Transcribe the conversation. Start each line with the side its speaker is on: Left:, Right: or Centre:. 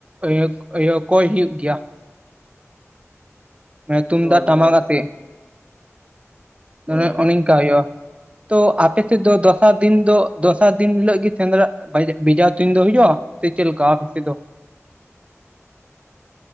Right: ᱤᱭᱟ, ᱤᱭᱟ ᱠᱚᱭ ᱦᱩᱭᱩᱜ ᱜᱮᱭᱟ᱾ ᱢᱮ ᱛᱩᱢᱫᱟᱜ
Left: ᱦᱳᱭ
Right: ᱴᱟᱢᱟᱠ
Left: ᱦᱳᱭ
Right: ᱟᱛᱮ, ᱢᱚᱱᱮ
Left: ᱦᱳᱭ
Right: ᱚᱱᱮ ᱚᱝᱠᱟ ᱦᱳᱭᱳᱼᱟ᱾ ᱛᱚ ᱟᱯᱮ ᱥᱮᱫ ᱫᱚ ᱫᱚᱥᱟᱨ ᱫᱤᱱ ᱫᱚ ᱫᱚᱥᱟᱨ ᱫᱤᱱ ᱦᱤᱞᱳ ᱜᱤ, ᱥᱮᱸᱫᱽᱨᱟ ᱵᱷᱟ ᱵᱷᱮᱡᱟ ᱛᱩᱧ ᱫᱚ ᱦᱩᱭᱩᱜᱼᱟ? ᱥᱮ ᱪᱮᱫ ᱞᱮᱠᱟ ᱟᱯᱮ ᱥᱮᱫ ᱫᱚ?